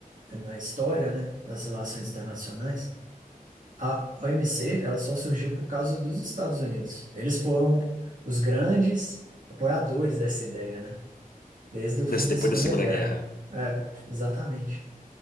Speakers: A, on the right (about 65°); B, on the left (about 85°).
A: eh, na história, né, das relações internacionais, a OMC, ela só surgiu por causa dos Estados Unidos. Eles foram os grandes apoiadores dessa ideia, né, desde o
B: Nesse-
A: fim da
B: Depois
A: Segunda
B: da Segunda
A: Guerra.
B: Guerra,
A: É, exatamente.